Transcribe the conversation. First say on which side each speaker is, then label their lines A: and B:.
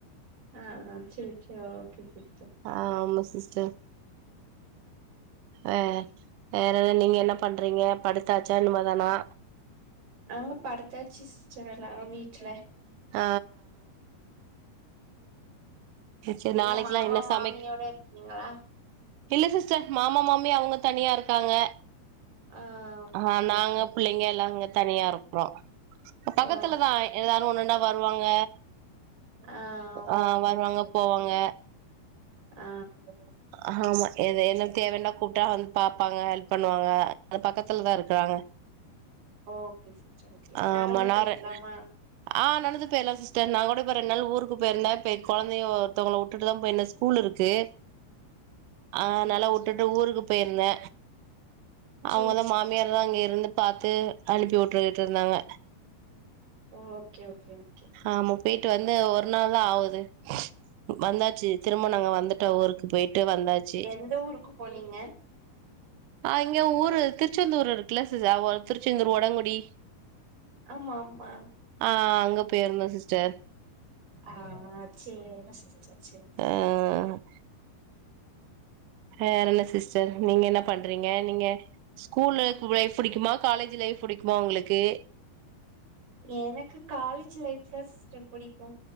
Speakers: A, on the right; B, on the right.
A: ஆ ஆ செர் செரி ஓகே சிஸ்டர்
B: ஆ ஆமா சிஸ்டர் அ வேற என்ன நீங்க என்ன பண்றீங்க படுத்தாச்சா இன்மே தானா
A: அங்க படுத்தாச்சி சிஸ்டர் எல்லாரு வீட்ல
B: ஆ சரி
A: நீங்க
B: நாளைக்குல்லா
A: மாமா
B: என்ன
A: மாமியோட
B: சமைக்
A: இருக்கீங்களா
B: இல்ல சிஸ்டர் மாமா மாமி அவுங்க தனியா இருக்காங்க
A: ஆ ஓகே
B: ஆ நாங்க
A: ஓகே
B: புள்ளைங்க எல்லா அங்க தனியா இருக்றோ. பக்கத்துலதா
A: ஓ
B: எதான ஒன்னுனா வருவாங்க
A: ஆ
B: ஆ
A: ஓகே
B: வருவாங்க
A: ஓகே
B: போவாங்க
A: ஆ ஒ
B: ஆமா எத என்னன் தேவனா கூப்ட்டா வந்து பாப்பாங்க ஹெல்ப் பண்ணுவாங்க அது பக்கத்தில்தா இருக்கறாங்க
A: ஓகே சிஸ்டர் ஓகே
B: ஆ
A: நடந்தே
B: மணாறா
A: போயிரலாமா
B: ஆ நடந்து போய்லா சிஸ்டர் நா கூட இப்ப ரெண் நாள் ஊருக்கு பேயிருந்தே இப்ப எ கொழந்தையு ஒர்த்தவங்கள உட்டுட்டு தா போயிருந்த ஸ் கூல் இருக்கே ஆ
A: சேரி
B: நல்லா
A: சேரி
B: உட்டுட்டு ஊருக்கு போயிருந்தே
A: சேரி
B: அவுங்கதா
A: சேரி
B: மா எல்லா அங்க இருந்து பாத்து அனுப்பி உட்டுர்ட்ருந்தாங்க
A: ஓ ஓகே ஓகே ஓகே
B: ஆமா போய்ட்டு வந்து ஒரு நாள் தா ஆவுது. வந்தாச்சி. திரும்ப நாங்க வந்துட்டோ ஊருக்கு போய்ட்டு வந்தாச்சி
A: எந்த ஊருக்கு போனீங்க
B: ஆ இங்க ஊரு திருச்செந்தூரு இருக்குல்ல சிஸ் அ ஒ திருச்செந்தூர் ஒடங்குடி
A: ஆமா ஆமா
B: ஆ அங்க போயிருந்தோ சிஸ்டர்
A: ஆ சேரி சிஸ்டர் சே
B: ஆ வேற என்ன சிஸ்டர் நீங்க என்ன பண்றீங்க நீங்க ஸ்கூலு <unintelligible> புடிக்குமா காலேஜ் லைஃப் புடிக்குமா உங்களுக்கு
A: எனக்கு காலேஜ் லைஃப்தா சிஸ்டர் புடிக்கு